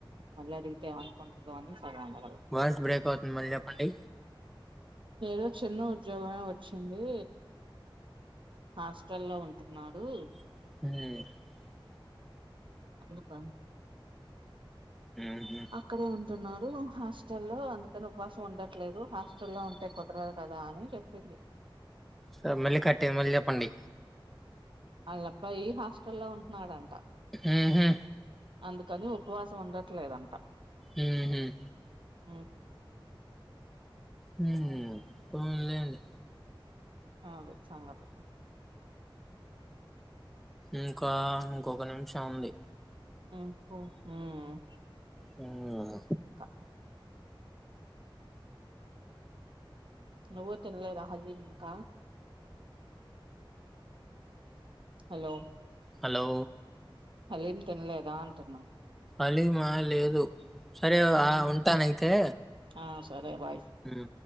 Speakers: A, on the right; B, in the centre.
A: మళ్ళీ అడిగితేామ అనుకుంటుందో అని సగం అడగల
B: వాయిస్ బ్రేక్ అవుతుంది మళ్ళీ చెప్పండి
A: ఏదో చిన్న ఉద్యోగమే వచ్చింది హాస్టల్ లో ఉం తూనాడు
B: హమ్
A: అ ప
B: హుహు.
A: అక్కడే ఉంటున్నారు హాస్టల్లో అందుకని ఉపవాసం ఉండట్లేదు హాస్టల్లో ఉంటే కుదరదు కదా అని చెప్పింది
B: స మళ్ళీ కట్టయింది మళ్ళీ చెప్పండి
A: వాళ్ళ అబ్బాయి హాస్టల్లో ఉంట్నాడంట
B: మ్మ్ హ్మ్
A: అందుకని ఉపవాసం ఉండట్లేదంట
B: మ్మ్ హ్మ్
A: మ్మ్
B: మ్మ్ హ్మ్ పోన్లేండి
A: ఆ అదే సంగతి
B: ఇంకా ఇంకొక నిమిషం ఉంది
A: మ్మ్ ఓ మ్మ్
B: హ్మ్.
A: ఇంకా నువ్వు తినలేదా హాలీమింక హలో
B: హలో
A: హలీమ్ తినలేదా అంటున్నా
B: హలీమా లేదు సరే
A: ఉమ్
B: ఆ ఉంటానయితే
A: ఆ సరే బాయ్
B: హ్మ్.